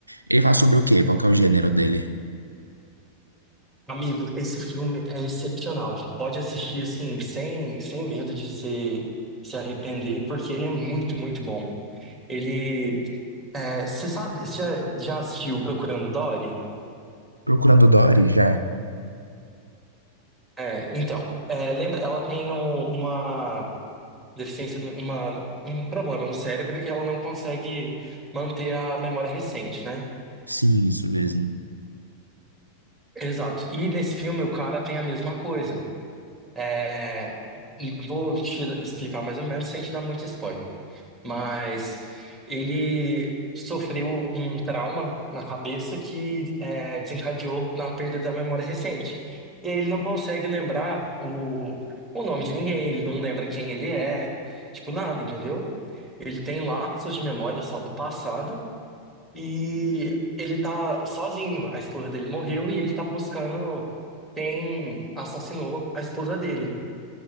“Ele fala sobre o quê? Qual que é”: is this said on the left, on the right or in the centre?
Right